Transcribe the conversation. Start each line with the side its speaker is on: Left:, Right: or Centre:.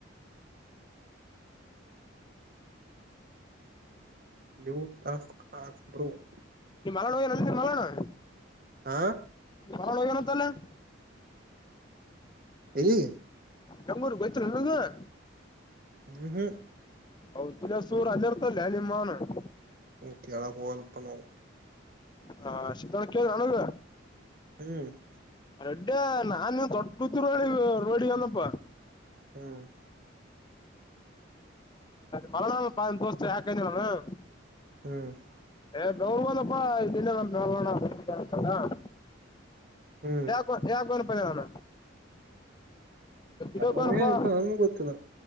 Right: ನೀವು ತಸ್ಕ್ ಆಸ್ ಬ್ರೋ <inaudible>
Left: ಮಲಣ ನೆ ಮಲಣ <inaudible>
Right: ಹಾ <inaudible>
Left: ಹೊರಳ ಹೋಗ ೇನಂತಲ್ಲ <unintelligible>
Right: ಹೇಳಲ್ಲಿಿ
Left: ನಮ್ಮೂರ್ ಗಯ್ತ ನನಗ <inaudible>
Right: ಹ್ಮ <inaudible>
Left: ಹೌ ಚಲ ಸೂರ ಅಲ್ಲಿ ಇರ್ತಲ್ಯ ನಿಮ್ಮನ್ <inaudible>
Right: ಮು ಕೆಾ ಕಲ್ಲ ಬನ <inaudible>
Left: ಹಾ ಸೀತ ಕ ನಾಣ <inaudible>
Right: ಹ್ಮ್ <inaudible>
Left: ರೊಡ್ಡ ನಾನ್ ನೀವ್ ದೊಡ್ ಗತ್ತ ರಿ ರೋಡಿ ಅನಪ್ಪಾ <inaudible>
Right: ಹ್ಮ್ <inaudible>
Left: ಮಳ ಹಾಯ <inaudible>
Right: ಹ್ಮ್ <inaudible>
Left: ಏ ಬೆವರುಗನಪ್ಪಾ ಇದಿನೇ ನಮ್ ಬೆಣಸಲ್ಲ <inaudible>
Right: ಹ್ಮ್
Left: ಯಾಕ ಯಾಕ ಅನ್ಪದ ನಾನ ಡಕ
Right: ಅವ ಏನಪ್ಪಾ
Left: ಹ
Right: ನನ್ಗೂ ಗೊತ್ತಿಲ್ಲ